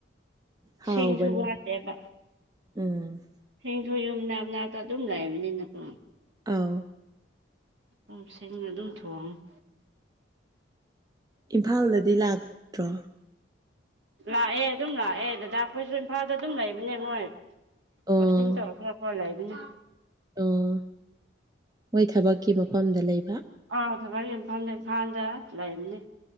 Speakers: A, on the right; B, on the right.
A: ꯍꯥꯎꯕꯅꯦ
B: ꯁꯤꯡꯁꯨ ꯋꯥꯠꯇꯦꯕ
A: ꯎꯝ
B: ꯁꯤꯡꯁꯨ ꯌꯨꯝ ꯅꯥꯞ ꯅꯥꯞꯇ ꯑꯗꯨꯝ ꯂꯩꯕꯅꯤꯅꯀꯣ
A: ꯑꯧ
B: ꯎꯝ ꯁꯤꯡꯅ ꯑꯗꯨꯝ ꯊꯣꯡꯉꯦ
A: ꯏꯝꯐꯥꯜꯗꯗꯤ ꯂꯥꯛꯇ꯭ꯔꯣ
B: ꯂꯥꯛꯑꯦ ꯑꯗꯨꯝ ꯂꯥꯛꯑꯦ ꯗꯗꯥ ꯈꯣꯏꯁꯨ ꯏꯝꯐꯥꯜꯗ ꯑꯗꯨꯝ ꯂꯩꯕꯅꯦ ꯃꯣꯏ
A: ꯑꯣ
B: ꯄꯣꯁꯇꯤꯡ ꯇꯧꯔꯛꯄꯒꯀꯣ ꯂꯩꯕꯅꯤ
A: ꯑꯣ ꯃꯣꯏ ꯊꯕꯛꯀꯤ ꯃꯐꯝꯗ ꯂꯩꯕ
B: ꯑꯥ ꯊꯕꯛ ꯃꯐꯝꯗ ꯏꯝꯐꯥꯜꯗ ꯂꯩꯕꯅꯦ